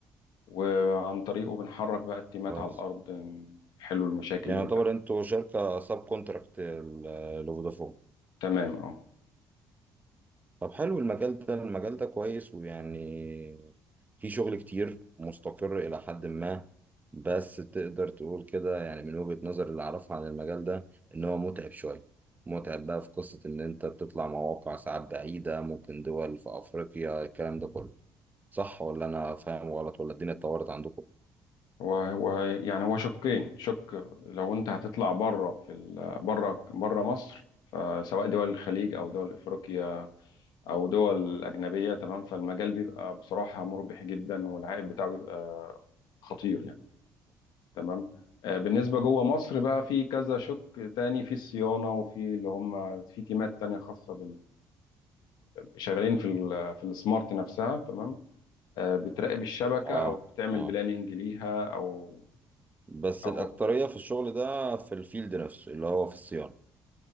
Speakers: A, on the left; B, on the right.
A: وعن طريقه بنحرك بقى التيمات
B: كويس
A: على الأرض نحلوا المشاكل
B: يعني
A: اللي بتقابل
B: يعتبر انتوا شركه ساب كونتراكت ل- لفودافون
A: تمام اه
B: طب حلو المجال ده المجال ده كويس ويعني في شغل كتير مستقر الى حد ما بس تقدر تقول كده يعني من وجهة نظر اللي اعرفها عن المجال ده ان هو متعب شويه متعب بقى في قصه ان انت بتطلع مواقع ساعات بعيده ممكن دول في افريقيا الكلام ده كله صح ولا انا فاهم غلط ولا الدنيا اتطورت عندكم
A: هو هو يعني هو شقين شق لو انت هتطلع بره في ال- بره بره مصر فسواء دول الخليج او دول افريقيا او دول اجنبيه تمام فالمجال بيبقى بصراحه مربح جدا والعائد بتاعه بيبقى خطير يعني تمام آه، بالنسبه جوه مصر بقى في كذا شق تاني في الصيانه وفي اللي هم في تيمات تانيه خاصه شغالين في ال في السمارت نفسها تمام آه، بتراقب الشبكه
B: اه
A: او بتعمل
B: اه
A: بلاننج ليها او
B: بس
A: او
B: الأكترية في الشغل ده في الفيلد نفسه اللي هو في الصيانة